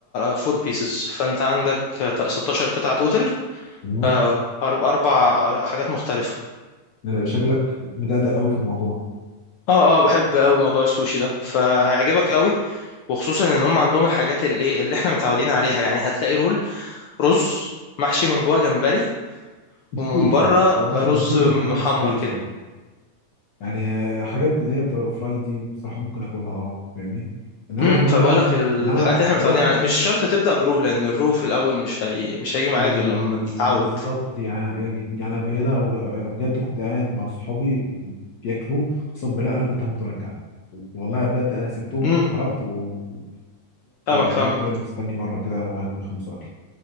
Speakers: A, on the left; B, on the left.
A: فور بيسز فانت عندك آه، 16 قطعه توتال
B: مم.
A: آه، أرب- اربع آه، حاجات مختلفه
B: لا، شكلك مدقدق قوي في الموضوع
A: اه اه بحب قوي موضوع السوشي ده فهيعجبك قوي وخصوصا ان هم عندهم الحاجات اللي ايه اللي احنا متعودين عليها يعني هتلاقي رول رز محشي من جوه جمبري
B: مستوي
A: ومن بره
B: بص بص أنا
A: رز
B: بالنسبه لي
A: محمر
B: يبقى حاجه مستوي
A: كده
B: فعلا يعني آه، حاجات اللي هي بتبقى فرايد دي بصراحه ممكن اكلها اه فاهمني انما
A: امم
B: انما
A: فبقول لك الحاجات
B: انما
A: اللي احنا
B: رحت
A: متعودين عليها مش شرط تبدا برو لان الرو في الاول مش هي... مش هيجي معاك
B: ال...
A: غير لما تتعود
B: بالظبط يعني يعني أنا بجد بجد كنت قاعد مع صحابي بياكلوه قسم بالله انا كنت هموت وارجع والله بجد انا سبتهم
A: امم
B: خرجت وفضلت
A: فاهمك فاهمك
B: قاعد كده مستني بره كده لغايه ما يخلصوا اكل